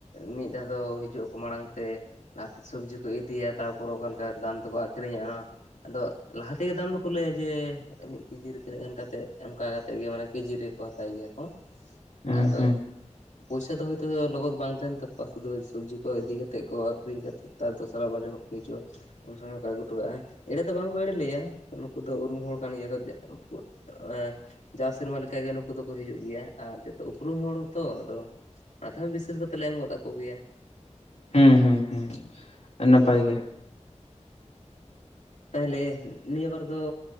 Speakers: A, on the left; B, on the left.
A: ᱢᱤᱫ ᱫᱷᱟᱣ ᱫᱚ ᱦᱤᱡᱩᱜ ᱟᱠᱚ ᱢᱟᱲᱟᱝ ᱛᱮ ᱞᱟᱦᱟᱛᱮ ᱥᱚᱵᱡᱤ ᱠᱚ ᱤᱫᱤᱭᱟ ᱛᱟᱵ <unintelligible> ᱫᱟᱢ ᱛᱮᱠᱚ ᱟᱠᱷᱨᱤᱧᱟ ᱚᱱᱟ ᱟᱫᱚ ᱞᱟᱦᱟ ᱛᱮᱜᱮ ᱫᱟᱢ ᱫᱚᱠᱚ ᱞᱟᱹᱭᱟ ᱡᱮ ᱢᱤᱫ ᱠᱮᱡᱤ ᱨᱮ ᱛᱤᱱᱟᱹᱜ ᱜᱟᱱ ᱠᱟᱛᱮᱫ ᱚᱱᱠᱟ ᱠᱟᱛᱮᱫ ᱜᱮ ᱢᱟᱱᱮ ᱠᱮᱡᱤ ᱨᱮᱠᱚ ᱦᱟᱛᱟᱭ ᱜᱮᱭᱟ ᱠᱚ
B: ᱦᱩᱸ
A: ᱟᱫᱚ
B: ᱦᱩᱸ
A: ᱯᱩᱭᱥᱟᱹ ᱫᱚ ᱦᱳᱭᱛᱚ ᱞᱚᱜᱚᱫ ᱵᱟᱝ ᱛᱟᱦᱮᱱ ᱛᱟᱠᱚᱣᱟ ᱥᱩᱫᱷᱩ ᱥᱚᱵᱡᱤ ᱠᱚ ᱤᱫᱤ ᱠᱟᱛᱮᱫ ᱠᱚ ᱟᱠᱷᱨᱤᱧ ᱠᱟᱛᱮ ᱛᱟᱨ ᱫᱚᱥᱨᱟ ᱵᱟᱨ ᱡᱚᱠᱷᱚᱱ ᱠᱚ ᱦᱤᱡᱩᱜᱼᱟ ᱩᱱ ᱥᱚᱢᱚᱭ ᱠᱚ ᱟᱹᱜᱩ ᱦᱚᱴᱚ ᱠᱟᱜᱼᱟ ᱾ᱮᱲᱮ ᱫᱚ ᱵᱟᱝᱠᱚ ᱮᱲᱮ ᱞᱮᱭᱟ ᱱᱩᱠᱩ ᱫᱚ ᱩᱨᱩᱢ ᱦᱚᱲ ᱠᱟᱱ ᱜᱮᱭᱟ ᱠᱚ <unintelligible> ᱮ ᱡᱟᱣ ᱥᱮᱨᱢᱟ ᱞᱮᱠᱟᱜᱮ ᱱᱩᱠᱩ ᱫᱚᱠᱚ ᱦᱤᱡᱩᱜ ᱜᱮᱭᱟ ᱟᱨ ᱪᱮᱫ ᱛᱚ ᱩᱯᱨᱩᱢ ᱦᱚᱲ ᱛᱚ ᱟᱫᱚ ᱟᱛᱷᱟᱱ ᱵᱤᱥᱥᱟᱹᱥ ᱠᱟᱛᱮ ᱞᱮ ᱮᱢ ᱜᱚᱫ ᱟᱠᱚᱜᱮᱭᱟ᱾
B: ᱦᱩᱸ ᱦᱩᱸ ᱦᱩᱸ ᱱᱟᱯᱟᱭ ᱜᱮ᱾
A: ᱛᱟᱦᱮᱞᱮ ᱱᱤᱭᱟᱹ ᱵᱟᱨ ᱫᱚ